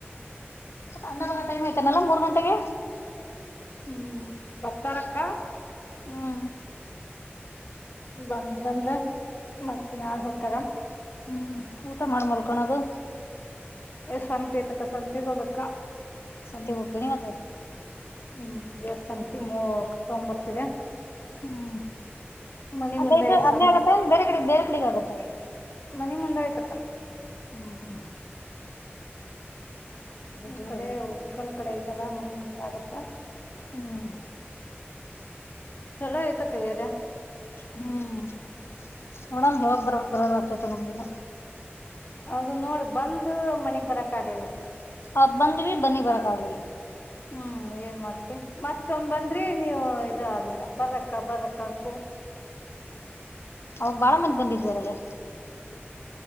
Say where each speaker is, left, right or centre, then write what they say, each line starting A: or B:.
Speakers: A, on the left; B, on the left.
A: ಅನ್ನ ಟೈಮ್ ಆಐ್ತನಲ್ಲ ಮೂರ್ ಗಂಟೆಗೆ
B: ಹ್ಮ್ ಬತ್ತಾರಕ್ಕ
A: ಹ್ಮ್
B: ಬಂದ್ರಂದ್ರ ಮತ್ತ್ ನಾಳ ಹಕ್ಕಾರ
A: ಹ್ಮ್ ಊಟ ಮಾಡ ಮರ್ಕೋಣದು
B: ಸಂತೆ ಐತಕ್ಕ ಸಂತೆಗ್ ಹೋಗಬೇಕಾ
A: <unintelligible>
B: ಹ್ಮ್ ಎ ಸಂತ ಮೂ ತೊಂಬತ್ತರ
A: ಹ್ಮ್
B: ಮನಿ
A: ಅಲ್ಲೇ
B: ಮುಂದೆ
A: ಇದ್ದ
B: ಆಯ್ತು
A: ಅಲ್ಲೇ
B: ಶಂತ
A: ಆಗತ್ತ ಬೇರೆ ಕಡೆ ಬೇರೆ ಕಡೆಗೆ ಆಗತ್ತ
B: ಮನಿ ಮುಂದ ಆಯ್ತಕ್ಕ
A: ಹ್ಮ್ ಹ್ಮ
B: ಈ
A: ದೂರ
B: ಕಡೆ ಹನ್ಕಲ್ ಕಡೆ ಐತಲ್ಲಾ ಮನೆ ಮುಂದ ಆಗತ್ತಾ
A: ಹ್ಮ್
B: ಚಲೋ ಆಯ್ತಾ ಕಯ್ಯಾರ
A: ಹ್ಮ್ ನೋಡಂ ಯಾವಾಗ ಬರಕ್ ಬರದ ಆಗ್ತೈತೆ ನಮ್ಗಿನ
B: ಹೌದು ನೋಡು ಬಂದು ಮನಗ್ ಬರಕ್ಲ ಇಲ್ ಮಾಗ
A: ಆಬ್ಬಂದಿವೇ ಬನ್ನಿ ಬರಕ್ಕಾಗಲಿ
B: ಹ್ಮ್ ಏನ್ ಮಾಡ್ತಿ ಮತ್ತೊ ಬಂದ್ರಿ ನೀವು ಇ ಆಗ್ಲಿಲ್ಲ ಬರಕ್ಕ ಬರಕ್ಕ ಅಂದರು
A: ಅವಾಗ ಬಾಳ ಮಂದ ಬಂದಿದ್ವರಲ್ಲೇ